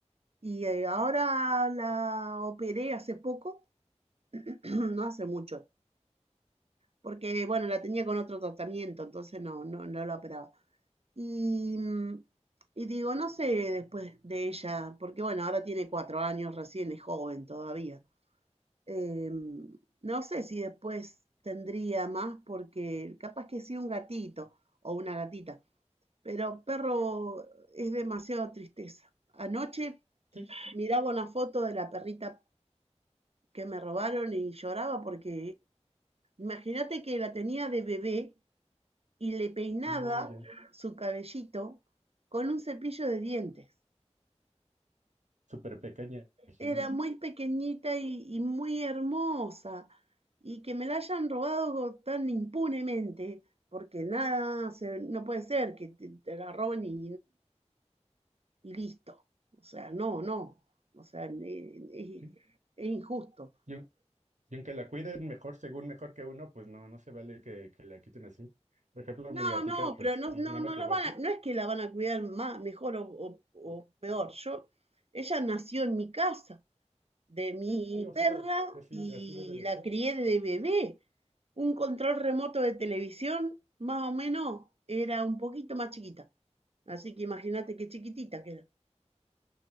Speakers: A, on the right (about 60°); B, on the right (about 85°).
A: y eh, ahora la operé hace poco, <clears throat> no hace mucho, porque bueno, la tenía con otro tratamiento, entonces no, no, no la operaba. Y, mm, y digo, no sé después de ella, porque bueno, ahora tiene cuatro años, recién es joven todavía. Eh, no sé si después tendría más, porque capaz que sí un gatito o una gatita, pero perro es demasiada tristeza. Anoche
B: sí,
A: miraba una foto de la perrita que me robaron y lloraba porque imagínate que la tenía de bebé y le peinaba
B: mm, ya,
A: su cabellito con un cepillo de dientes.
B: súper pequeña, imagino,
A: era muy pequeñita y, y muy hermosa, y que me la hayan robado tan impunemente, porque nada, se- no puede ser que te, te la roben y, y listo. O sea, no, no, o sea, eh, es,
B: sí.
A: es injusto.
B: Y Y aunque la cuiden mejor, según mejor que uno, pues no, no se vale que, que la quiten así. Por ejemplo, mi
A: No,
B: gatita,
A: no,
B: pues
A: pero no,
B: sí,
A: no,
B: nada
A: no
B: más llegó
A: la van
B: así.
A: a- no es que la van a cuidar más, mejor o, o- o peor. Yo, ella nació en mi casa, de mi
B: Sí, sí, o sea,
A: perra
B: así,
A: y
B: así debe de
A: la
B: ser.
A: crié de bebé. Un control remoto de televisión, más o menos, era un poquito más chiquita. Así que imagínate qué chiquitita que era.